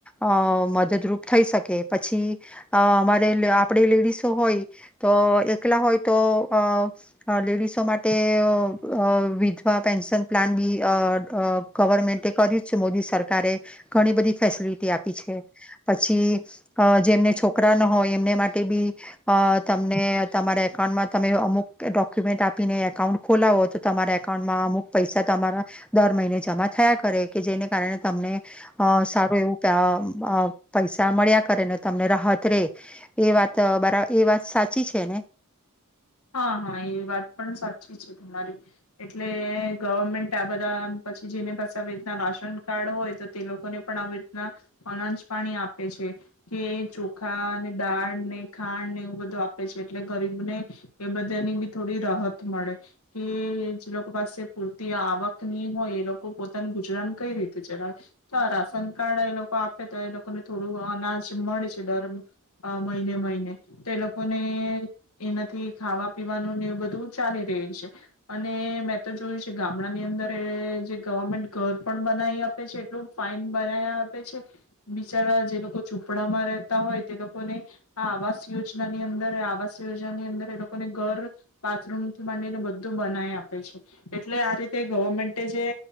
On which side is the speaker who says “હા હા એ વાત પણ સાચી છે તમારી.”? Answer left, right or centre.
Left